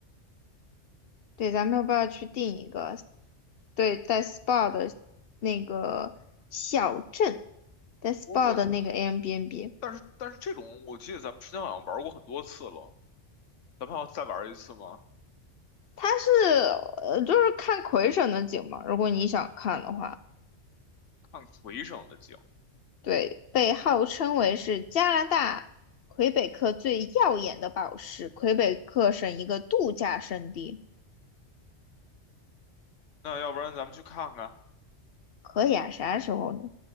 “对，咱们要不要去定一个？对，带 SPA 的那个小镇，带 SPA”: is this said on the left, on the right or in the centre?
Left